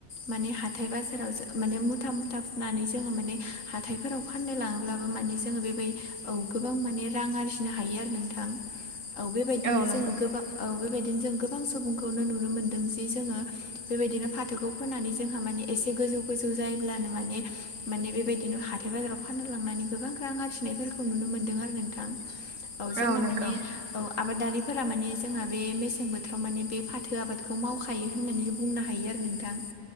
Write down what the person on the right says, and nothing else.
औ नंगौ
<inaudible>
नंगौ